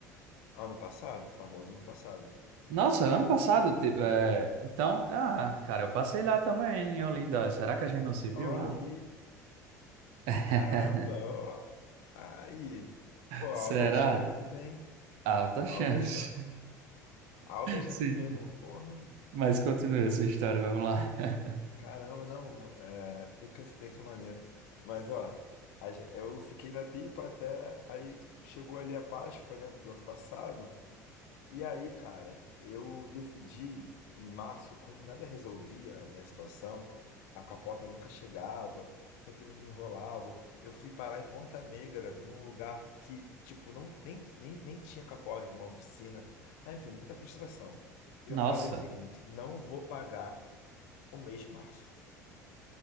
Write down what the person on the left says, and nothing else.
ano passado, famoso ano passado.
Ó
aí,
caramba, ó aí. Pô,
altas chances, hein?
Altas chances. Altas chances
mesmo, porra.
Caramba, não, é, que coincidência maneira. Mas, ó, a ge- eu fiquei na pipa até aí chegou ali a Páscoa, né, do ano passado. E aí, cara, eu decidi em março, como nada resolvia a minha situação, a capota nunca chegava, sempre me enrolavam. Eu fui parar em Ponta Negra, num lugar que, tipo, não, nem, nem, nem tinha capota, numa oficina. Ah, enfim, muita frustração. Eu
falei o seguinte: não vou pagar o mês de março.